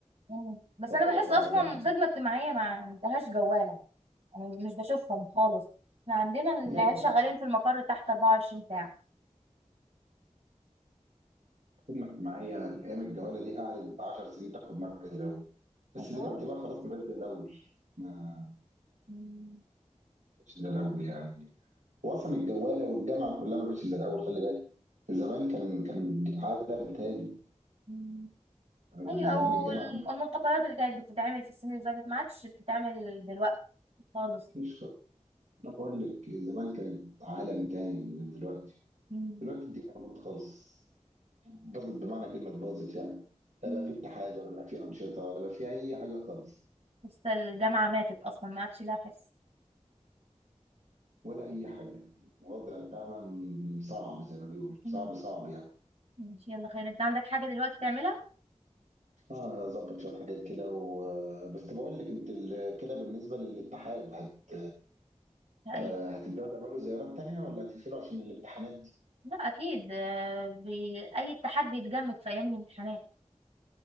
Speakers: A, on the right; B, on the right.
A: مم. بس
B: فرهضه
A: أنا بحس
B: فرهضه
A: أصلا
B: بقى.
A: خدمة اجتماعية ما عندهاش جوالة مش بشوفهم خالص احنا عندنا العيال
B: لا لا
A: شغالين في المقر تحت 24 ساعة
B: خدمه اجتماعيه ايام الجواله دي قعدت بتاع 10 سنين تاخد مركز الاول بس
A: الله
B: دلوقتي بقى خلاص ما بقتش زي الاول ما
A: مم.
B: بقتش زي الاول يعني هو اصلا الجواله والجامعه كلها ما بقتش زي الاول خلي بالك زمان كان كان عالم تاني
A: مم. ايوه
B: يعني زمان
A: او
B: الجامعه
A: ال-
B: دي
A: الملتقيات اللي كانت بتتعمل في السنين اللي فاتت ما عادش بتتعمل دلوقتي خالص
B: مفيش خالص انا بقول لك زمان كانت عالم تاني غير دلوقتي
A: مم.
B: دلوقتي الدنيا باظت خالص باظت بمعنى كلمة باظت يعني لا
A: مم.
B: بقى في اتحاد ولا بقى في أنشطة ولا بقى في أي حاجة خالص
A: لسه الجامعة ماتت اصلا ما عادش لها حس
B: ولا أي حاجة الوضع فعلا صعب زي ما بيقولوا
A: مم.
B: صعب صعب يعني
A: ماشي يلا خير انت عندك حاجة دلوقتي تعملها؟
B: اه ظبط شوية حاجات كده و... بس بقول لك انت ال... كده بالنسبة للاتحاد هت...
A: اي
B: آه، هتبدأوا تعملوا زيارات تانية ولا هتقفلوا عشان الامتحانات
A: لا اكيد آه، بي... اي اتحاد بيتجمد في ايام الامتحانات